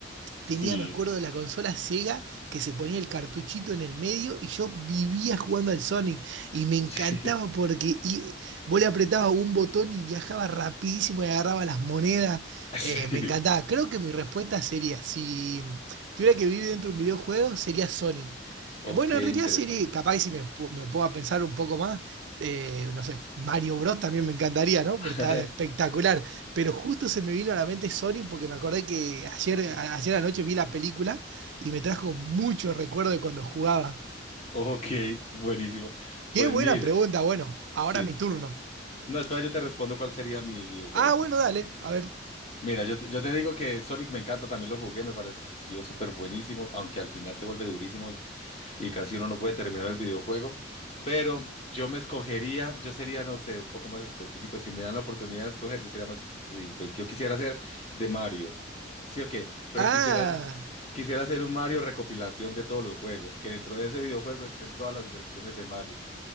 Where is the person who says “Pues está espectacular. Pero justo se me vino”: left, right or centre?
Right